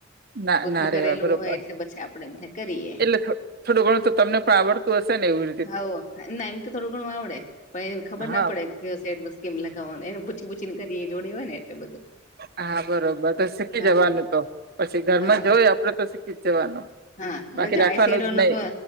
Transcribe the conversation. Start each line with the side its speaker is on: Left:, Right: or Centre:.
Right: ના
Left: પોતનું
Right: ના રેવા
Left: કરેલું
Right: બરોબર
Left: હોય એટલે પછી આપણેે એમ કરીએ
Right: એટલે થોડું ઘણું તો તમને <unintelligible> એવી રીતે
Left: હોવ ના એમ તો થોડું ઘણું આવડે પણ એ ખબર
Right: હા
Left: ના પડે <unintelligible> લગાવાનું એને પૂછી પૂછીને કરી જોડે હોય ને એટલે બધું
Right: હા બરોબર તો શીખી
Left: હા
Right: જવાનું તો પછી ઘરમાં
Left: હા
Right: જોય આપડે તો શીખી જ જવાનું
Left: હા
Right: બાકી
Left: જો
Right: રાખવાનું
Left: આઈ સાઈડ
Right: જ
Left: ન
Right: નહી
Left: તો